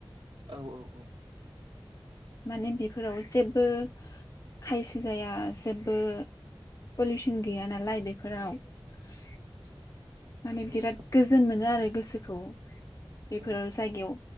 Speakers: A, on the right; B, on the left.
A: औ औ औ।
B: माने बेफोराव जेब ओ खायसे जाया जेबो पलिउसन गैया नालाय बेफोराव <inaudible> माने
A: औ
B: बिराद
A: औ
B: गोजोन मोनो आरो गोसोखौ बेफोर
A: उम
B: जायगायाव